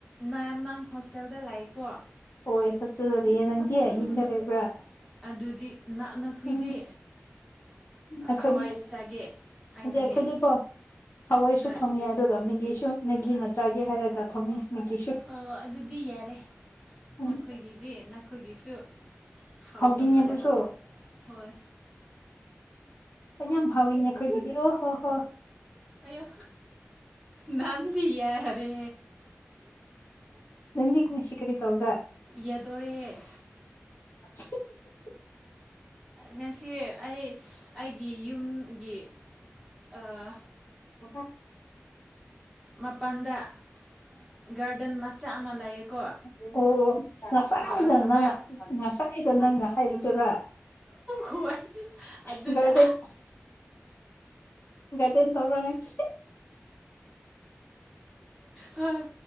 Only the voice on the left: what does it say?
ꯍꯣꯏ ꯍꯣꯁꯇꯦꯜꯗ ꯂꯩꯌꯦ ꯅꯪꯗꯤ
ꯌꯨꯝꯗ ꯂꯩꯕ꯭ꯔꯥ
ꯎꯝ ꯑꯈꯣꯏꯗꯤ
ꯏꯟꯇꯦ
ꯑꯈꯣꯏꯗꯤꯀꯣ ꯍꯋꯥꯏꯁꯨ
ꯊꯣꯡꯉꯦ ꯑꯗꯨꯒ ꯃꯤꯒꯤꯁꯨ ꯃꯦꯒꯤꯅꯆꯥꯥꯒꯦ ꯍꯥꯏꯔꯒ ꯊꯣꯡꯉꯦ ꯃꯦꯒꯤꯁꯨ
ꯎꯝ
ꯍꯥꯎꯒꯤꯅꯤ
ꯑꯗꯨꯁꯨ
ꯌꯥꯝ ꯐꯥꯎꯋꯤꯅꯦ ꯈꯣꯏꯒꯤꯗꯤ ꯑꯣ ꯍꯣ ꯍꯣ
ꯅꯪꯗꯤ ꯉꯁꯤ ꯀꯔꯤ ꯇꯧꯕ꯭ꯔꯥ
<unintelligible>
<unintelligible>
ꯎꯝ ꯑꯣ ꯉꯁꯥꯏꯗ
ꯅꯪ ꯉꯁꯥꯏꯗ ꯅꯪꯅ ꯍꯥꯏꯕꯗꯨꯔꯥ
ꯒꯥꯔꯗꯦꯟ ꯒꯥꯔꯗꯦꯟ ꯇꯧꯔ ꯉꯁꯤ